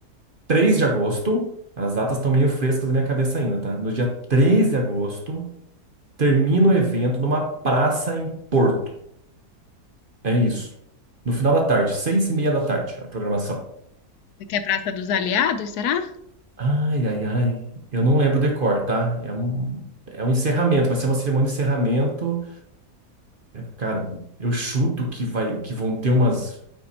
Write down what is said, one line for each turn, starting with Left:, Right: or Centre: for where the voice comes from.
Right: 3 de agosto, as datas estão meio frescas na minha cabeça ainda, tá? No dia 3 de agosto, termina o evento numa praça em Porto. É isso. No final da tarde, 6 e meia da tarde, a programação.
Left: Você quer Praça dos Aliados, será?
Right: Ai, ai, ai. Eu não lembro o decor, tá? É um, é um encerramento, vai ser uma cerimônia de encerramento. Cara, eu chuto que vai, que vão ter umas.